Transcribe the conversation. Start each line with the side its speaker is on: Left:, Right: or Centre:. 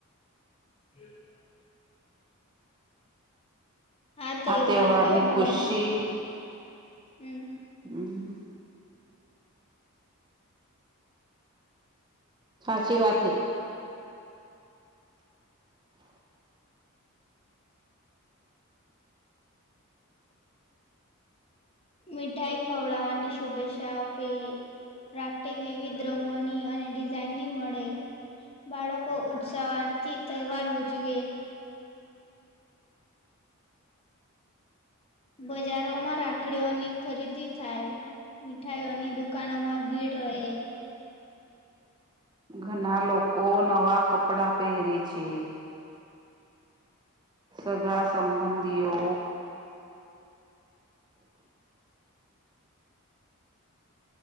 Left: <unintelligible> આ તહેવાર
Right: તહેવારની
Left: ભાઈ બહેન
Right: ખુશી
Left: હમ્મ
Right: <unintelligible> સાચી વાથી
Left: મીઠાઈ ખવડાવવાની શુભેચ્છા આપે રાખડી વિવિધ રંગોની અને ડિઝાઇનની મળે. બાળકો ઉત્સાહવાનથી તહેવાર ઉજવે બજારોમાં રાખડીઓની ખરીદી થાય મીઠાઈઓની દુક કાનમાં ભીડ રહે
Right: ઘણા લોકો નવા કપડાં પહેરે છે. સગા સંબંધીઓ